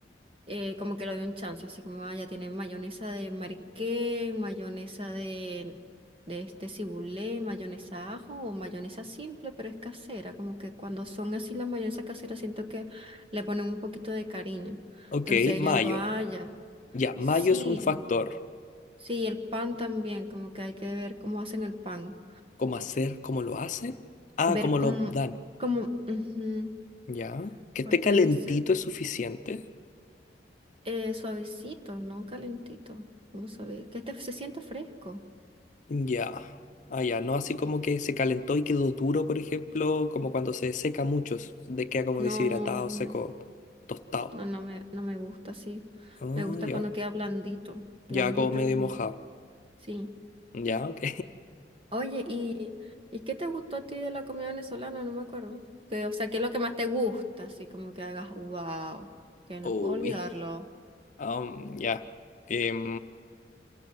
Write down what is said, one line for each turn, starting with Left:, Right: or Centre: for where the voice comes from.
Right: Eh, como que lo doy un chance, así como, ah, ya tienen mayonesa de mariqué, mayonesa de, de este cibulé, mayonesa ajo o mayonesa simple, pero es casera. Como que cuando son así las mayonesas caseras siento que le ponen un poquito de cariño.
Left: Ok,
Right: Entonces
Left: mayo.
Right: yo digo, ah, ya,
Left: Ya, mayo
Right: sí.
Left: es un factor.
Right: Sí, el pan también, como que hay que ver cómo hacen el pan.
Left: ¿Cómo hacer? ¿Cómo lo hacen? Ah,
Right: ver
Left: ¿cómo
Right: cómo,
Left: lo dan?
Right: como, ujú,
Left: Ya. Que
Right: porque
Left: esté calentito
Right: a veces
Left: es suficiente.
Right: eh, suavecito, ¿no? Calentito, como suave, que este se sienta fresco.
Left: Ya. Ah, ya. No así como que se calentó y quedó duro, por ejemplo, como cuando se seca mucho, s- de queda como
Right: No,
Left: deshidratado, seco, tostado.
Right: no, no me, no me gusta así.
Left: Ah,
Right: Me gusta
Left: ya.
Right: cuando queda blandito, blandito,
Left: Ya como medio
Right: blandito.
Left: mojado.
Right: Sí.
Left: Ya, ok.
Right: Oye, ¿y, y qué te gustó a ti de la comida venezolana? No me acuerdo. Que, o sea, ¿qué es lo que más te gusta? Así como que hagas, wow, que
Left: <laughs>
Right: no
Left: Uy.
Right: puedo olvidarlo.
Left: Am, ya. Em,